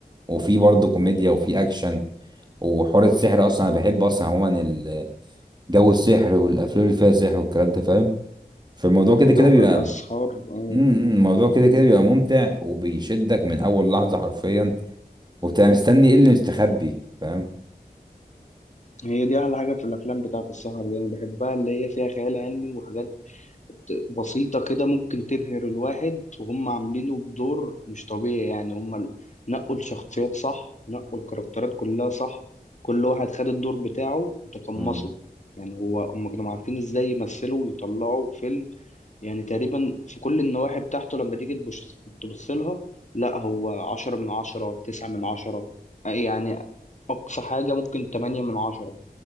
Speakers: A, on the right; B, on the left.
A: وفي برضه كوميديا وفي أكشن وحوار السحر أصلا أنا بحب أصلا عموما ال- جو السحر والأفلام اللي فيها سحر والكلام ده فاهم فالموضوع كده
B: ده جو
A: كده بيبقى
B: الأسهار
A: م-
B: آه.
A: م- الموضوع كده كده بيبقى ممتع وبيشدك من أول لحظة حرفيا وبتبقى مستني إيه اللي مستخبي فاهم
B: هي دي أحلى حاجة في الأفلام بتاعة السهر دي أنا بحبها اللي هي فيها خيال علمي وحاجات بسيطة كده ممكن تبهر الواحد وهم عاملينه بدور مش طبيعي يعني هم ال- نقوا الشخصيات صح نقوا الكاركترات كلها صح كل واحد خد الدور بتاعه وتقمصه
A: مم.
B: يعني هو هم كانوا عارفين ازاي يمثلوا ويطلعوا فيلم يعني تقريبا في كل النواحي بتاعته لما تيجي تبص تبص لها لا هو عشرة من عشرة تسعة من عشرة يعني أقصى حاجة ممكن تمانية من عشرة